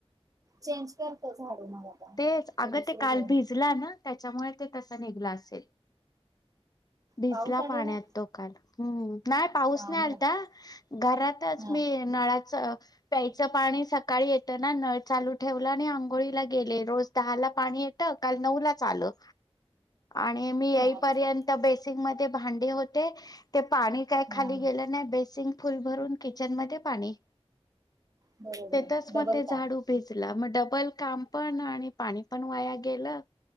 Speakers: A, on the right (about 35°); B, on the left (about 40°).
A: चेंज करतो झाडू मग आता
B: तेच अगं
A: दुसरे
B: ते काल
A: घेऊन
B: भिजला ना. त्याच्यामुळे ते तसं निघलं असेल. भिजला
A: पाऊस आलेला
B: पाण्यात तो काल, हम्म, नाही पाऊस
A: पाण्यात
B: नाही आलता घरातच
A: हा
B: मी नळाचं प्याय चं पाणी सकाळी येतं ना, नळ चालू ठेवलं आणि आंग गोळीला गेले, रोज दहाला पाणी येतं काल नऊलाच आलं. आणि मी येईपर्यंत
A: अच्छा
B: बेसींगमध्ये भांडी होत ते ते पाणी काय
A: हा
B: खाली गेलं नाही बेसिंग फुल भरून किचन मध्ये पाणी.
A: बरोबर
B: तेथच
A: डबल
B: मग ते
A: काम
B: झाडू भीज हा म डबल काम पण आणि पाणी पण वाया गेलं.